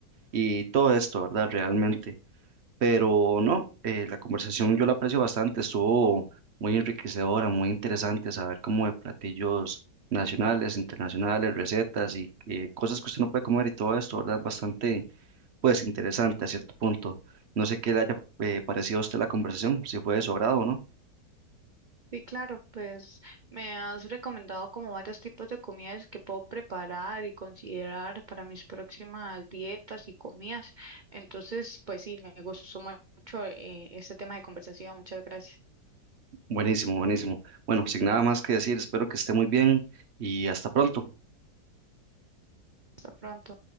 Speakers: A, on the right; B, on the right.
A: y todo esto, ¿verdad? Realmente, pero no, eh, la conversación yo la aprecio bastante, estuvo muy enriquecedora, muy interesante saber como de platillos nacionales, internacionales, recetas y eh, cosas que usted no puede comer y todo esto, ¿verdad? Bastante pues interesante a cierto punto. No sé qué le haya eh, parecido a usted la conversación, si fue de su agrado o no.
B: Sí, claro, pues me has recomendado como varios tipos de comidas que puedo preparar y considerar para mis próximas dietas y comidas. Entonces, pues sí, me gustó mucho eh, este tema de conversación. Muchas gracias.
A: Buenísimo, buenísimo. Bueno, sin nada más que decir, espero que esté muy bien y hasta pronto.
B: Hasta pronto.